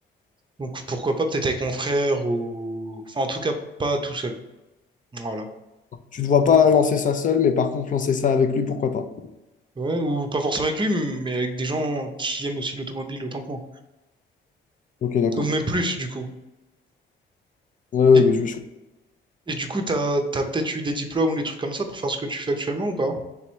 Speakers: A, on the right (about 25°); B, on the left (about 40°).
A: donc pourquoi pas peut-être avec mon frère ou, enfin en tout cas pas tout seul. Voilà.
B: Tu ne te vois pas lancer ça seul, mais par contre, lancer ça avec lui, pourquoi pas?
A: Ouais, ou pas forcément avec lui, mais avec des gens qui aiment aussi l'automobile autant que moi.
B: Ok, d'accord.
A: Ou même plus, du coup.
B: Ouais, ouais,
A: Et,
B: bah, je, je-
A: et du coup, t'as, t'as peut-être eu des diplômes ou des trucs comme ça pour faire ce que tu fais actuellement ou pas?